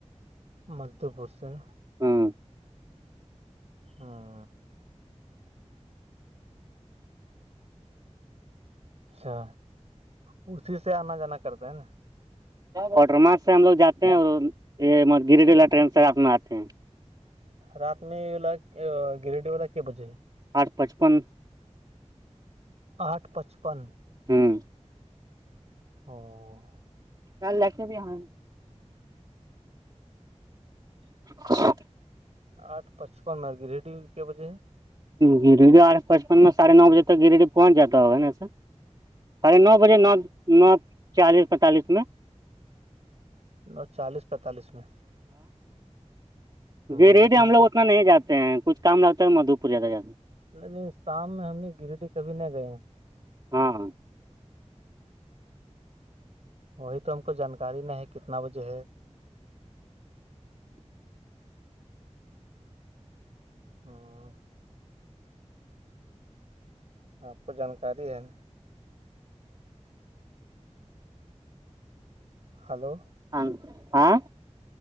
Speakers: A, on the right (about 65°); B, on the right (about 35°).
A: مد پچم
B: ہوں
A: ہوں اچھا اسسی سے آنا جانا کرتے ہیں نا
B: وٹر مارک سے ہم لوگ جات ہیں اور یہ گری ولا ٹرین سےات میں آتے ہیں
A: رات میںلا گریڈ ولا کی بجے
B: آٹھ پچپن
A: آٹھ پچپن
B: ہوں
A: او اچھا
B: کل ل کے بھی آاں اچ
A: آٹھ پچپن مر گی ریڈی میں کیا بجے ہے
B: گری پچپن میں ساھے نو بجے تک گریے پہنچ جاتا ہو نے ساڑھے نو بجے نو نو چالیس پینتالیس میں
A: ن چالیس پینتالیس میں ہ
B: گیرییٹ ہم لوگ
A: تو
B: اتنا نہیں جاتے ہیں کچھ کام لگتا ہے مدھو پور زیادہ جاتے ہیں
A: نہیں نہیں شام میں ہم نے گریٹی کبھی نہیں گئے
B: ہاں ہاں
A: وہی تو ہم کو جانکاری نہیں ہے کتنا بجے ہے ہاں آپ کو جانکاری ہے نا ہلو
B: ہاں ہاں